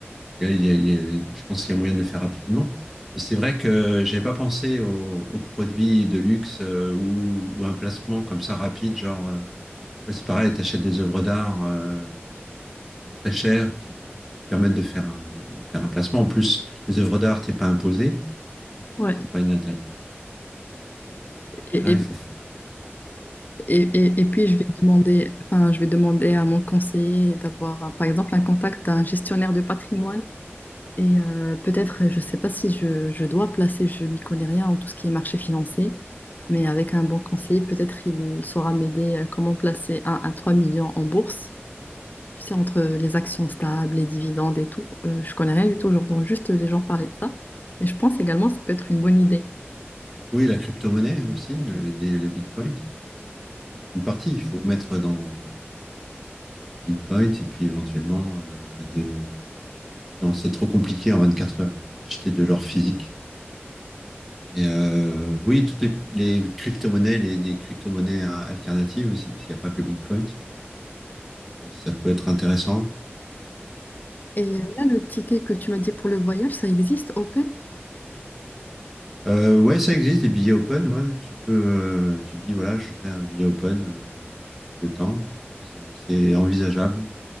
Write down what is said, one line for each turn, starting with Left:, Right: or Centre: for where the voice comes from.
Centre: Il y a- il y a- il y a- je pense qu'il y a moyen de le faire rapidement. Mais c'est vrai que j'avais pas pensé aux, aux produits de luxe euh, ou, ou à un placement comme ça rapide, genre, euh, ouais, c'est pareil, tu achètes des œuvres d'art euh, très chères qui, qui te permettent de faire un, de, de faire un placement. En plus, les œuvres d'art, t'es pas imposé,
Left: Ouais.
Centre: donc c'est pas inintéressant.
Left: Et,
Centre: Hein,
Left: et,
Centre: il faut...
Left: et, et- et puis je vais demander, enfin, je vais demander à mon conseiller d'avoir, par exemple, un contact d'un gestionnaire de patrimoine Et euh, peut-être, je ne sais pas si je, je dois placer, je n'y connais rien en tout ce qui est marché financier, mais avec un bon conseiller, peut-être il saura m'aider euh, comment placer un à 3 millions en bourse. Tu sais, entre les actions stables, les dividendes et tout, euh, je connais rien du tout, j'entends juste les gens parler de ça. Mais je pense également que ça peut être une bonne idée.
Centre: Oui, la crypto-monnaie aussi, le, les- le Bitcoin. Une partie, il faut mettre dans Bitcoin et puis éventuellement euh, de... Non, c'est trop compliqué en 24 heures. Acheter de l'or physique. Mais euh, oui, toutes les, les crypto-monnaies, les, les crypto-monnaies euh, alternatives aussi, parce qu'il n'y a pas que le Bitcoin. Donc euh, ça peut être intéressant.
Left: Et euh, là, le ticket que tu m'as dit pour le voyage, ça existe, Open,
Centre: Euh, ouais, ça existe, des billets open. Ouais. Tu peux, euh, tu dis, voilà, je voudrais un billet open euh, de temps. C'est c'est envisageable.